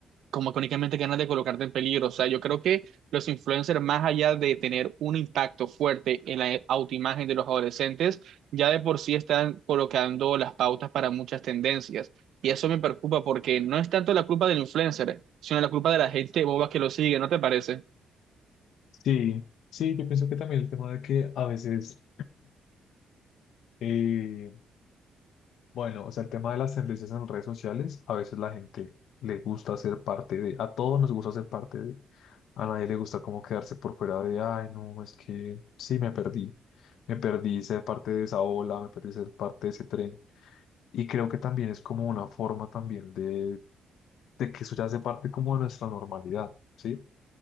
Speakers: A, on the right; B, on the left.
A: como que únicamente ganas de colocarte en peligro. O sea, yo creo que los influencers, más allá de tener un impacto fuerte en la autoimagen de los adolescentes, ya de por sí están colocando las pautas para muchas tendencias. Y eso me preocupa porque no es tanto la culpa del influencer, sino la culpa de la gente boba que lo sigue, ¿no te parece?
B: Sí, sí, yo pienso que también el tema de que a veces... <clears throat> eh, Bueno, o sea, el tema de las tendencias en redes sociales, a veces la gente le gusta ser parte de, a todos nos gusta ser parte de, a nadie le gusta como quedarse por fuera de, ay, no, es que sí, me perdí, me perdí ser parte de esa ola, me perdí ser parte de ese tren. Y creo que también es como una forma también de, de que eso ya hace parte como de nuestra normalidad, ¿sí?